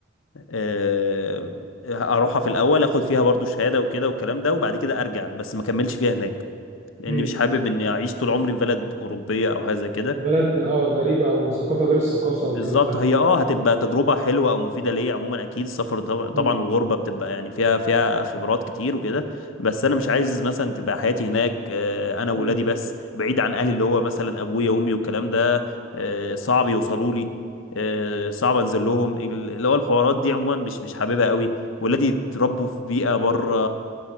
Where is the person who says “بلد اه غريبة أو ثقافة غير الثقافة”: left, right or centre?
Right